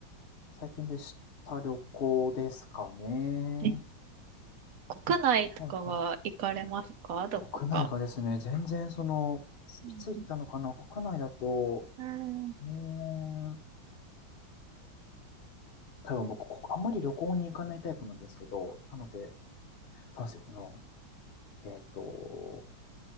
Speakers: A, on the left (about 75°); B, on the right (about 65°).
A: 最近でした旅行ですかね。
B: え、国内とかは行かれますかどこか。
A: はいはい。国内がですね、全然その、いつ行ったのかな国内だと、
B: うんうん
A: うーん、多分僕、こあんまり旅行に行かないタイプなんですけど、なので、そうなんですよ。あの、えっと、